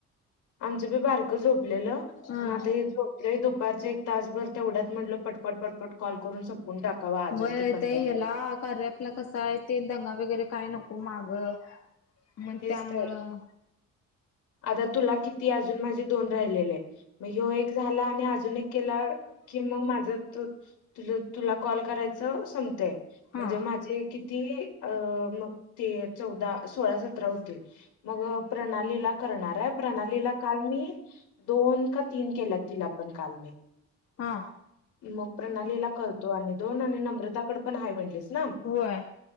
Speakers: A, on the left; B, on the left.
A: आमचं बी बारक झोपलेलं,
B: हा
A: मग आता हे झोपलं दुप एक तासभर त्या तेवढ्यात म्हटलं पटपट पटपट कॉल करून टाकावा आजच
B: व्हय
A: पंधरा
B: ते याला
A: कॉल
B: कार्य आपला कसं आहे ते दंगा वगैरे काय नको माग, मग
A: तेच
B: त्यामुळं
A: तर आता तुला किती अजून माझे दोन राहिलेले मग ह्यो एक झाला आणि अजून एक केला की मग माझं तोच तु तुला कॉल करायचं संपतय
B: हा
A: म्हणजे माझे किती अ मग ते चौदा सोळा सतरा होतील. मग प्रणालीला करणार आहे प्रणालीला काल मी दोन तीन केल्यातील आपण काल मी.
B: हा
A: मग प्रणालीला करतो आणि दोन आणि नम्रताकड पण आहे म्हणलीस ना?
B: होय.